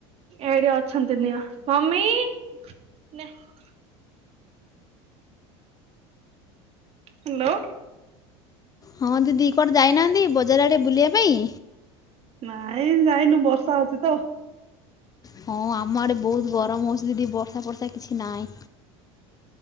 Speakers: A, on the right; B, on the left.
A: ଏଇଠି ଅଛନ୍ତି ନିଅ ମମି <unintelligible> ହ୍ୟାଲୋ
B: ହଁ ଦିଦି କୁଆଡେ ଯାଇନାହାନ୍ତି ବଜାର ଆଡ଼େ ବୁଲିବା ପାଇଁ?
A: ନାଇଁ ଯାଇନୁ ବର୍ଷା ହଉଛି ତ।
B: ହଁ ଆମ ଆଡ଼େ ବହୁତ ଗରମ ହେଉଛି ଦିଦି ବର୍ଷା ଫର୍ଷା କିଛି ନାହିଁ।